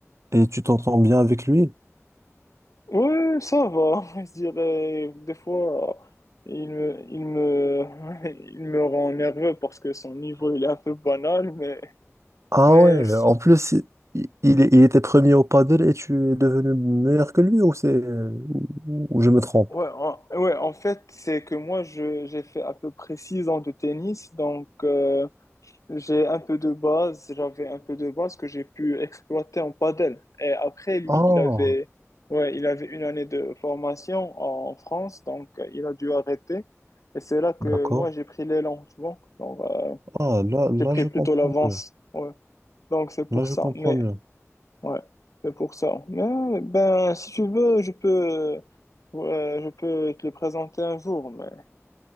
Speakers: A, on the right; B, on the left.
A: Et tu t'entends bien avec lui?
B: ouais ça va, <laughs> je dirais. Des fois, euh, il me, il me, <laughs> il me rend nerveux parce que son niveau il est un peu banal, mais.
A: Ah
B: Mais
A: ouais,
B: je
A: en plus, i- il, il était premier au paddle et tu es devenu meilleur que lui ou c'est ou, ou je me trompe?
B: Ouais, en, ouais, en fait, c'est que moi, je, j'ai fait à peu près six ans de tennis, donc euh, j'ai un peu de base, j'avais un peu de base que j'ai pu exploiter en padel. Et après, lui,
A: Ah,
B: il avait, ouais, il avait une année de formation en France, donc euh, il a dû arrêter. Et c'est là que
A: d'accord.
B: moi, j'ai pris l'élan, tu vois. Donc, euh,
A: Ah, là, là,
B: j'ai pris
A: je
B: plutôt
A: comprends
B: l'avance,
A: mieux.
B: ouais. Donc, c'est pour
A: Là, je
B: ça.
A: comprends
B: Mais
A: mieux.
B: Ouais, c'est pour ça. Mais ben, si tu veux, je peux, ouais, je peux te le présenter un jour, mais